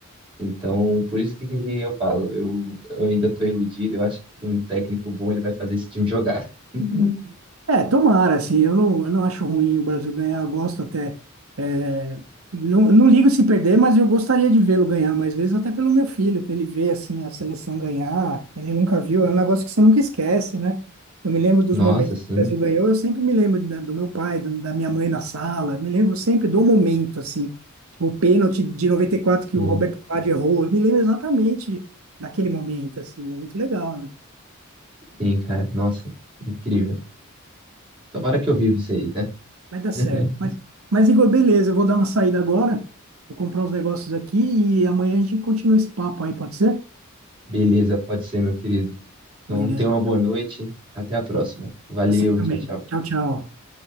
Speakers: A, on the right; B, on the right.
A: Então, por isso que que eu falo, eu, eu ainda estou iludido, eu acho que com um técnico bom ele vai fazer esse time jogar. <laughs>
B: É, tomara, assim, eu não, eu não acho ruim o Brasil ganhar, eu gosto até. é, não, eu não ligo se perder, mas eu gostaria de vê-lo ganhar mais vezes, até pelo meu filho, que ele vê, assim, a seleção ganhar, ele nunca viu, é um negócio que você nunca esquece, né? Eu me lembro dos
A: Nossa,
B: momentos que
A: sim,
B: o Brasil ganhou, eu sempre me lembro da- do meu pai, do- da minha mãe na sala, eu me lembro sempre do momento, assim, tipo, o pênalti de 94 que
A: sim,
B: o Roberto Padre errou, eu me lembro exatamente daquele momento, assim, é muito legal, né?
A: sim, cara, nossa, incrível. Tomara que eu viva isso aí, né?
B: Vai dar
A: <laughs>
B: certo. Mas, mas, Igor, beleza, eu vou dar uma saída agora, vou comprar uns negócios aqui e amanhã a gente continua esse papo aí, pode ser?
A: Beleza, pode ser, meu querido. Então,
B: Beleza.
A: tenha uma boa noite, até a próxima. Valeu,
B: Você também.
A: tchau, tchau.
B: Tchau, tchau.